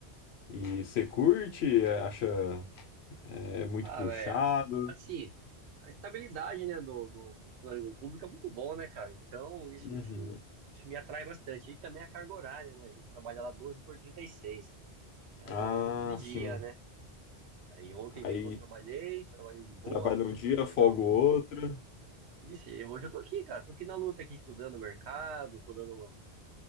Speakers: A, on the left; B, on the right.
A: e você curte? Acha é, muito
B: Ah,
A: puxado?
B: velho, assim, a estabilidade, né, do, do funcionalismo público é muito bom, né, cara? Então, isso,
A: Uhum.
B: isso, isso me atrai bastante. E também a carga horária, né? A gente trabalha lá 12 por 36. É, atualmente
A: Ah,
B: eu tô de dia,
A: sim.
B: né? Aí ontem
A: Aí
B: mesmo eu trabalhei, trabalhei de boa,
A: trabalha
B: tran-
A: um dia,
B: tranquilão.
A: folga o outro.
B: Isso, e hoje eu tô aqui, cara. Tô aqui na luta, aqui estudando o mercado, tô dando uma,